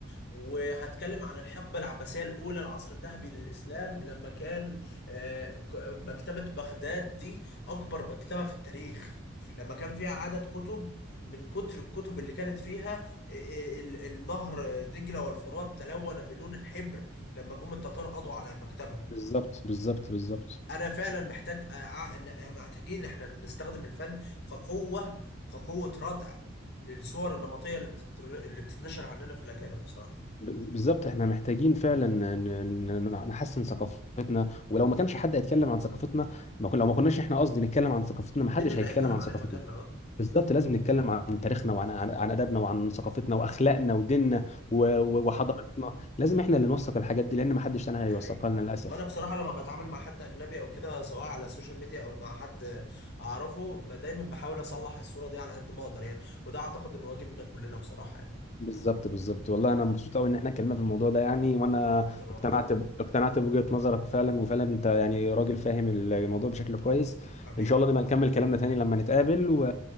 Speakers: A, on the left (about 55°); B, on the left (about 35°).
A: وهتكلم عن الحقبه العباسيه الاولى العصر الذهبي للاسلام لما كان آه، ك- مكتبه بغداد دي اكبر مكتبه في التاريخ لما كان فيها عدد كتب من كتر الكتب اللي كانت فيها ال- ال- النهر دجله والفرات تلون بلون الحبر لما جم التتار قضوا على المكتبه
B: بالظبط بالظبط بالظبط
A: انا فعلا محتاج أع- إن- محتاجين احنا نستخدم الفن كقوه كقوه ردع للصور النمطيه اللي بتتر... اللي بتتنشر عننا في الاجانب بصراحه
B: بالظبط احنا محتاجين فعلا ن- ن- ن- نحسن ثقافتنا ولو ما كانش حد هيتكلم عن ثقافتنا ما كنا لو ما كناش احنا قصدي نتكلم عن ثقافتنا ما حدش
A: مين اللي
B: هيتكلم
A: هيتكلم
B: عن
A: عليها
B: ثقافتنا
A: مكاننا اه
B: بالظبط لازم نتكلم عن تاريخنا وعن عن, عن ادبنا وعن ثقافتنا واخلاقنا وديننا و-
A: مم.
B: و- وحضارتنا لازم احنا اللي نوثق الحاجات دي لان ما حدش تاني
A: دي
B: هيوثقها
A: حقيقه
B: لنا للاسف
A: وانا بصراحه لما بتعامل مع حد اجنبي او كده سواء على السوشيال ميديا او مع حد اعرفه ب- دايما بحاول اصلح الصوره دي على قد ما اقدر يعني وده اعتقد ان واجبنا كلنا بصراحه يعني
B: بالظبط بالظبط والله انا مبسوط قوي ان احنا اتكلمنا في الموضوع ده يعني وانا
A: وانا اكتر
B: اقتنعت
A: والله
B: ب... اقتنعت بوجهة نظرك فعلا وفعلا انت يعني راجل فاهم الموضوع بشكل كويس
A: حبيبي
B: ان شاء الله نبقى نكمل كلامنا تاني لما نتقابل و...